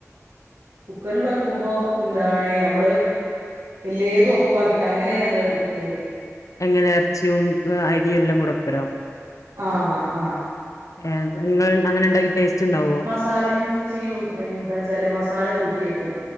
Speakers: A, on the right; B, on the left.
A: കുക്കറില് വെക്കുമ്പോ എന്താണ് നമ്മള് എല്ലേതും ഒപ്പാക്കിട്ട് അങ്ങനെയാണ് ഞങ്ങള് വെക്കല്
B: എങ്ങനെ ഇറച്ചിയും അരിയെല്ലാം കൂടെ ഒപ്പരോ
A: ആഹ് ആഹ് ആഹ്
B: ഏഹ് നിങ്ങള് അങ്ങനെ ഉണ്ടാക്കി ടേസ്റ്റ് ഉണ്ടാവോ
A: മസാല ഇങ്ങനെ ചെയ്യും എന്താ വച്ചാല് മസാല കൂട്ടി വെക്കും